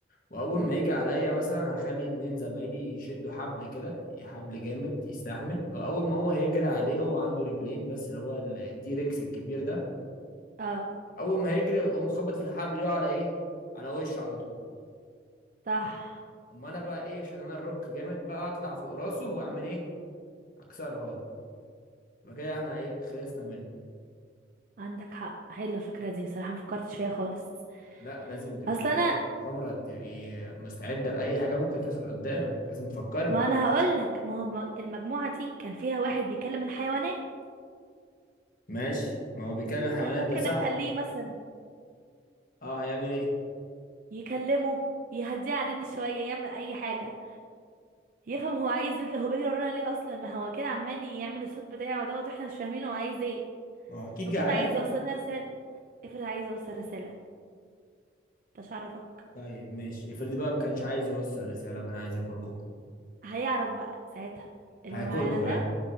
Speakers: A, on the left; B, on the right.
A: واول
B: مم.
A: ما يجي عليا مثلا هخلي اتنين زمايلي يشدوا حبل كده حبل جامد يستحمل أو اول ما هو هيجري عليه هو عنده رجلين بس اللي هو ال- التيركس الكبير ده
B: اه
A: اول ما هيجري اقوم خبط في الحبل يقع على ايه على وشه على طول
B: صح
A: اما انا بقى ايه عشان انا الروك جامد بقى اطلع فوق راسه واعمل ايه اكسرها هون يبقى كده احنا ايه خلصنا منه
B: عندك حق حلوه الفكره دي صراحه مفكرتش فيها خالص
A: لا لازم تبقي
B: اصل
A: كده
B: انا
A: مغامرة تبقي مستعدة لأي حاجة ممكن تحصل قدامك لازم تفكري
B: ما انا هقول لك ما هو مج- المجموعه دي كان فيها واحد بيكلم الحيوانات
A: ماشي ما هو بيكلم الحيوانات
B: فكان ممكن
A: ده صح
B: اخليه مثلا
A: اه هيعمل ايه
B: يكلمه يهديه علينا <laughs> شويه يعمل اي حاجه يفهم هو عايز يجي هو بيجري ورانا ليه اصلا ما هو كده عمال يعمل الصوت بتاعه دوت واحنا مش فاهمين هو عايز ايه
A: ما هو اكيد
B: بيكون
A: جعان
B: عايز يوصلنا رساله افرض عايز يوصل رساله مش عارفك
A: طيب ماشي افرضي بقى ما كانش عايز يوصل رسالة كان عايز ياكلكوا
B: هيعرف بقى ساعتها اللي
A: هياكلكوا
B: معانا ده
A: يعني